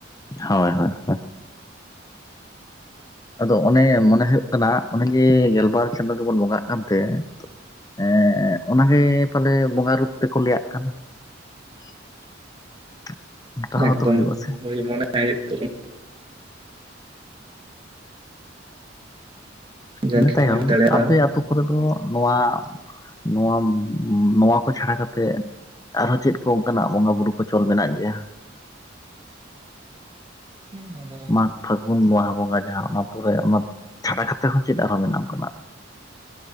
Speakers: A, on the left; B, on the right.
A: ᱦᱚᱭ ᱦᱚᱭ ᱦᱚ᱾ ᱟᱫᱚ ᱚᱱᱮ ᱢᱚᱱᱮ ᱦᱩᱭᱩᱜ ᱠᱟᱱᱟ ᱚᱱᱮ ᱡᱮ ᱜᱮᱞᱵᱟᱨ ᱪᱟᱸᱫᱳ ᱜᱮᱵᱚᱱ ᱵᱚᱸᱜᱟᱜ ᱠᱟᱱᱛᱮ ᱮᱸ ᱮᱸᱜ ᱚᱱᱟᱜᱮ ᱯᱟᱞᱮ ᱵᱚᱸᱜᱟ ᱨᱩᱯ ᱛᱮᱠᱚ ᱞᱮᱹᱭᱟᱜ ᱠᱟᱱ᱾ <inaudible> ᱚᱱᱠᱟ ᱦᱚᱸᱛᱚ
B: ᱮᱠᱫᱚᱢ
A: ᱦᱩᱭᱩᱜᱼᱟ ᱥᱮ
B: ᱦᱳᱭ ᱢᱚᱱᱮ <unintelligible> ᱡᱮᱠᱷᱟᱱ
A: ᱤᱱᱟᱹ ᱛᱟᱭᱚᱢ
B: ᱦᱩᱭ ᱫᱟᱲᱮᱭᱟᱜᱼᱟ
A: ᱟᱯᱮ ᱟᱛᱳ ᱠᱚᱨᱮ ᱫᱚ ᱱᱚᱣᱟ ᱱᱚᱣᱟᱢ ᱱᱚᱣᱟ ᱠᱚ ᱪᱷᱟᱲᱟ ᱠᱟᱛᱮᱜ ᱟᱨᱦᱚ ᱪᱮᱫ ᱠᱚ ᱚᱱᱠᱟᱱᱟᱜ ᱵᱚᱸᱜᱟ ᱵᱩᱨᱩ ᱠᱚ ᱪᱚᱞ ᱢᱮᱱᱟᱜ ᱜᱮᱭᱟ?
B: ᱦᱩᱢ ᱟᱫᱚ
A: ᱟᱸ ᱯᱷᱟᱹᱜᱩᱱ ᱵᱟᱦᱟ ᱵᱚᱸᱜᱟ ᱡᱟᱦᱟᱸ ᱚᱱᱟ ᱯᱚᱨᱮ ᱚᱱᱟ ᱪᱷᱟᱰᱟ ᱠᱟᱛᱮ ᱦᱚᱸ ᱪᱮᱫ ᱟᱨᱦᱚ ᱢᱮᱱᱟᱜᱼᱟ ᱚᱱᱠᱟᱱᱟᱜ?